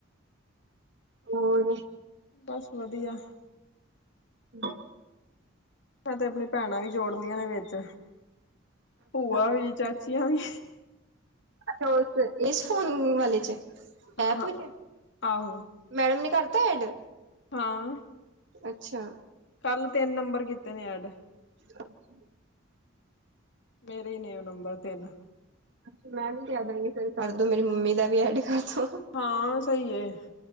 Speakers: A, on the right; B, on the left.
A: ਹੋਰ,
B: ਬਸ ਵਧੀਆ।
A: ਹੂੰ
B: ਮੈਂ ਤੇ ਆਪਣੀ ਭੈਣਾਂ ਵੀ ਜੋੜਲੀਆਂ ਨੇ। ਵਿੱਚ
A: ਅੱਛਾ
B: ਭੂਆ ਵੀ, ਚਾਚੀਆਂ ਵੀ।
A: ਅੱਛਾ ਉਸ ਇਸ ਫੋਨ ਵਾਲੇ 'ਚ ਐਪੇ
B: ਹਾਂ
A: ਐ।
B: ਆਹੋ
A: ਮੈਡਮ ਨ ਕਰਤਾ ਐਡ।
B: ਹਾਂ।
A: ਅੱਛਾ।
B: ਕੱਲ ਤਿੰਨ ਨੰਬਰ ਕੀਤੇ ਨੇ ਐਡ।
A: <unintelligible>
B: ਮੇਰੇ ਹੀ ਨੇ ਨੰਬਰ ਤਿੰਨ।
A: ਅੱਛਾ ਮੈਂ ਵੀ ਕਹਿ ਦਾਂਗੀ। ਫਿਰ ਕਰਦੋ ਮੇਰੀ ਮੰਮੀ ਦਾ ਵੀ ਐਡ ਕਰਦੋ।
B: ਹਾਂ ਸਹੀਏ।